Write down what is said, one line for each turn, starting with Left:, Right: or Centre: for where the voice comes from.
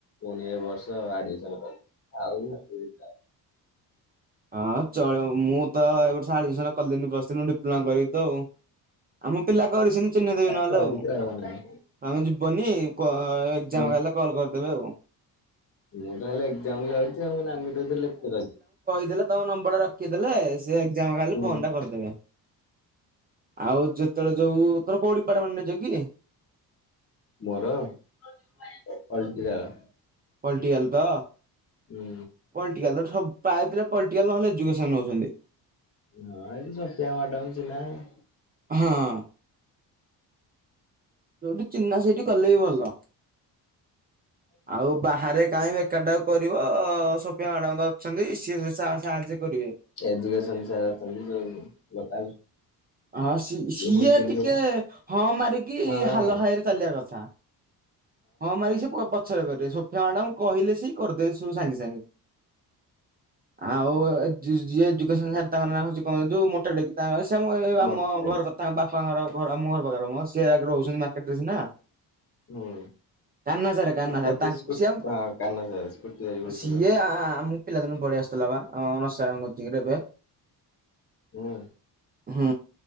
Left: ପୁଣି ଏ ବର୍ଷ ଆଡମିସନ କଲି ଆଉଟ
Right: ହଁ ଚଳ ମୁଁ ତ ଏ ବର୍ଷ ଆଡମିସନ କଲିନି ମୁଁ ଡିପ୍ଲୋମା କରିବି ତ ଆଉ। ଆମ ପିଲା କରି ସେନି ଚିହ୍ନ ଦେବ ନହେଲେ
Left: କରିକି
Right: ଆଉ।
Left: ନାହିଁ।
Right: ଆମେ ଯିବନି କ ଏକ୍ଜାମ
Left: ହୁଁ
Right: ହେଲେ କଲ୍ କରିଦେବେ ଆଉ।
Left: ମୁଁ ତ ହେଲେ ଏକ୍ଜାମ ଯାଉଚି ଆଉ ନାନି ତ ସେଠି ଲେକେଚର ଅଛି।
Right: ଦେଲେ ତମ ନମ୍ବର ଟା ରଖିଦେଲେ ସେ ଏକ୍ଜାମ୍ ଖାଲି
Left: ହୁଁ
Right: ଫୋନ ଟା କରିଦେବେ। ଆଉ ଯେତେବେଳେ ଯଉ ତୋର କୋଉ ଡିପାଟତ୍ମେଣ୍ଟ ନେଇଚ କି?
Left: ମୋର ପଲଟିକାଲ
Right: ପଲଟିିକାଲ ତ?
Left: ହୁଁ।
Right: ପଲଟିକାଲ ସବୁ ପ୍ରାୟ ପିଲା ପଲଟିକାଲ ନହେଲେ ଏଜୁକେସନ ନଉଛନ୍ତି।
Left: ହଁ ଏଇ ସତ୍ୟ ମ୍ୟାଡମ ଚିନାହା
Right: ହଁ ଯୋଉଠି ଚିହ୍ନା ସେଇଠି କଲେ ବି ଭଲ।
Left: <inaudible>
Right: ଆଉ ବାହାରେ କାହିଁବା ଏକାଟାକୁ କରିବ ସୋଫିଆ ମ୍ୟାଡାମ ତ ଅଛନ୍ତି ସିଏ ସା ସାହାଯ୍ୟ କରିବେ।
Left: ଏଜୁକେସନ ସାରା କଲି ଯୋଉ ଲୋକାଲ
Right: ହଁ ସି ସିଏ
Left: ଇଏ ପୁଣି ଚିହ୍ନିଛନ୍ତି।
Right: ଟିକେ ହଁ ମାରିକି
Left: ହଁ
Right: ହାଲ
Left: ହଁ
Right: ହାଇରେ ଚାଲିବା କଥା। ହଁ ମାରିକି ସେ ପ ପଛରେ କରିବେ ସ ମ୍ୟାଡାମ୍ କହିଲେ ସି କରିଦେବେ ସବୁ ସାଙ୍ଗେ ସାଙ୍ଗେ। ଆଉ ଜି ଯିଏ ଯୁଗେ ସାରେ ତାଙ୍କ ହଉଚି ନା କ ହୋ ଉଚି ମୋଟାଟେ ତା ସ ଏ
Left: ମୋଟ
Right: ଆମ
Left: ଭାଇ
Right: ଘର କଥା ବାପାଙ୍କର ଘର ଆମ ଘର ପାଖରେ ସେ ରହୁଛନ୍ତି ମାର୍କେଟରେ ସିନା
Left: ହୁଁ
Right: କାହ୍ନା ସାର୍ କାହ୍ନା ସାର୍
Left: ଗୋଟେ
Right: ତାଙ୍କୁ
Left: ସ୍କୁ
Right: ସିଏ
Left: କାହ୍ନା ସାର୍ ସ୍କୁଟି ଗାଡି ବୁଲୁଛନ୍ତି
Right: ସିଏ ଆମ ପିଲାଦିନୁ ପଢି ଆସିଥିଲା ବା ଆମ ସାରା କୋଚିଙ୍ଗିରେ ଏବେ
Left: ହୁଁ
Right: ହୁଁ